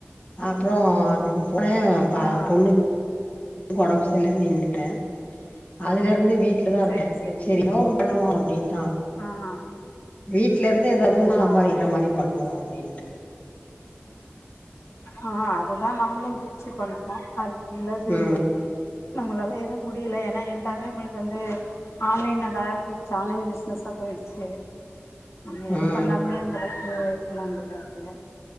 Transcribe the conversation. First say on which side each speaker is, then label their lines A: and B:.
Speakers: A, on the left (about 30°); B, on the left (about 85°).
A: அப்றோ அதுக்குப் போனே பா
B: ஆஹ்
A: பொண்ணு ஒடம் செர்லன் நின்னுட்டே அதுல இருந்து வீட்லதா இருக்கே
B: சரி சரி
A: செரி எதோ ஒன்னுப் பண்ணுவோ அப்டின்ட்டா
B: ஆஹ்
A: வீட்ல இருந்து எதாது
B: ஆ
A: சாம்பாரிக்கிற
B: சரிங்க
A: மாரி பண்ணுவோ
B: சரிங்க
A: அப்டின்ட்டு
B: ஆ அதுதா நம்ளு முயற்சி பண்றோ அதுக்குள்ளது
A: ம்
B: நம்மளால எதும் முடியல எனா எல்லாமே உங்களுக்கு வந்து ஆன்லைன் அதா போயிடுச்சு ஆன்லைன் பிசினஸா போயிடுச்சு நம்ம எதுப்
A: ம்
B: பண்ணாலுமே அந்தளவுக்கு பண்ண முடியாது